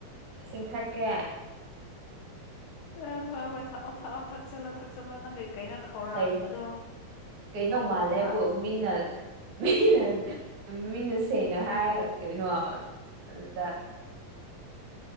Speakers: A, on the right; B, on the left.
A: ꯏꯁꯤꯡ ꯊꯛꯀꯦ
B: ꯑ ꯍꯣꯏ ꯍꯣꯏ ꯊꯛꯑꯣ ꯊꯛꯑꯣ ꯊꯛꯆꯜꯂꯣ ꯊꯛꯆꯜꯂꯣ ꯅꯪꯪ ꯂꯤꯛ ꯀꯩꯅꯣ ꯈꯧꯔꯥꯡꯕꯗꯣ
A: ꯀꯩ ꯀꯩꯅꯣ
B: ꯀꯣꯛꯅꯕ
A: ꯃꯥꯜꯂꯦꯕꯨ ꯃꯤꯅ ꯃꯤꯅ ꯃꯤꯅ ꯁꯦꯡꯅ ꯍꯥꯏꯔꯒ ꯀꯩꯅꯣ ꯑꯗꯨꯗ